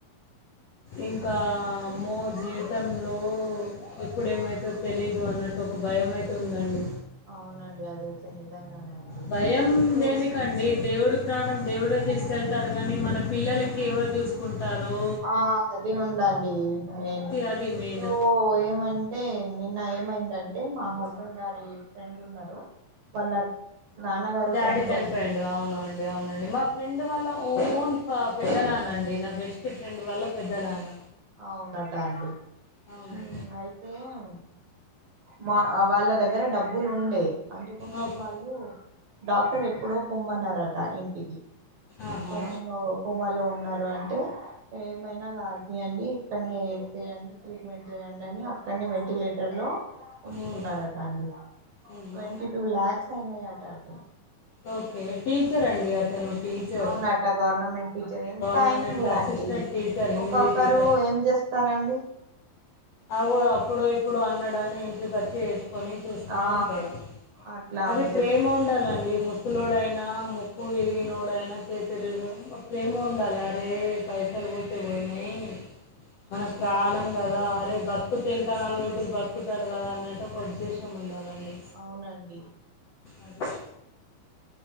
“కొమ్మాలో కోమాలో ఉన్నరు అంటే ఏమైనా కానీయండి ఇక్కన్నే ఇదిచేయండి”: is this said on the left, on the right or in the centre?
Right